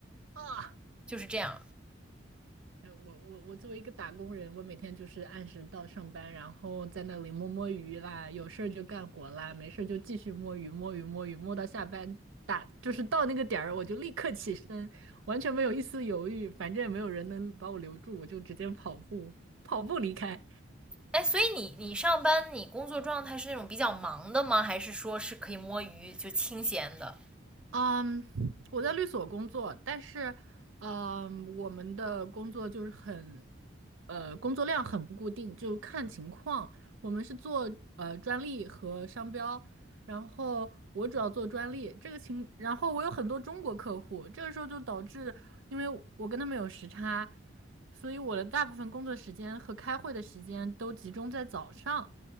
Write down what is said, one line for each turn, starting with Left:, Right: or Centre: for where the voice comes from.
Right: 啊。
Centre: 就是这样。
Right: 哎，我我我作为一个打工人，我每天就是按时到上班，然后在那里摸摸鱼啦，有事儿就干活啦，没事儿就继续摸鱼摸鱼摸鱼，摸到下班打，就是到那个点儿我就立刻起身，完全没有一丝犹豫，反正也没有人能把我留住，我就直接跑步跑步离开。
Centre: 哎，所以你你上班你工作状态是那种比较忙的吗？还是说是可以摸鱼就清闲的？
Right: 嗯，我在律所工作，但是，嗯，我们的工作就是很，呃，工作量很不固定，就看情况。我们是做呃专利和商标，然后我主要做专利，这个情，然后我有很多中国客户，这个时候就导致，因为我跟他们有时差，所以我的大部分工作时间和开会的时间都集中在早上，